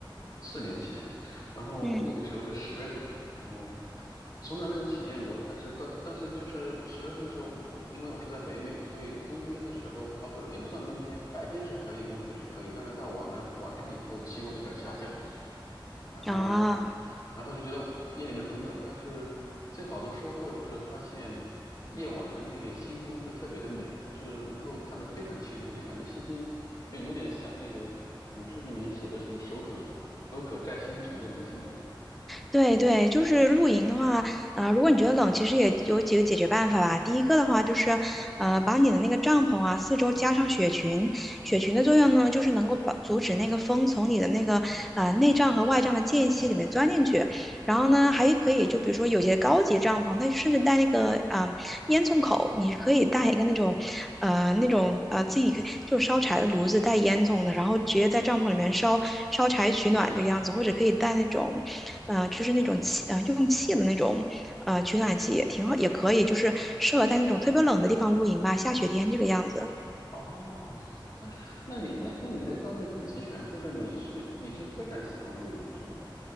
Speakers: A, on the left; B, in the centre.
A: 四年前。然后那个时候是十月份，
B: 嗯，
A: 然后从来没有体验过。但是到但是就是十月份的时候，我因为我是在北美，所以冬天的时候啊，不也不算冬天，白天是可以温度是可以，但是到了晚了晚上以后，气温就开始下降。然后，
B: 啊。
A: 然后就觉得夜里面很冷，但是最好的收获就是发现夜晚的那个星空是特别的美，就是能够看得非常清楚，就感觉星星就有点像那个古诗里面写的什么“手可手可摘星辰”那种感觉。
B: 对对，就是露营的话，啊、如果你觉得冷，其实也有几个解决办法吧。第一个的话就是，呃，把你的那个帐篷啊，四周加上雪裙。雪裙的作用呢，就是能够把阻止那个风从你的那个啊、呃内帐和外帐的间隙里面钻进去。然后呢，还可以就比如说有些高级帐篷，它甚至带那个啊、呃烟囱口，你可以带一个那种呃那种呃自己可以就烧柴的炉子带烟囱的，然后直接在帐篷里面烧烧柴取暖这个样子，或者可以带那种。嗯，呃就是那种气啊、呃用气的那种呃取暖器也挺好，也可以，就是适合在那种特别冷的地方露营吧，下雪天这个样子。
A: 哦，那你那那你的装备很齐全，就是你是你是非常喜欢露营是吗？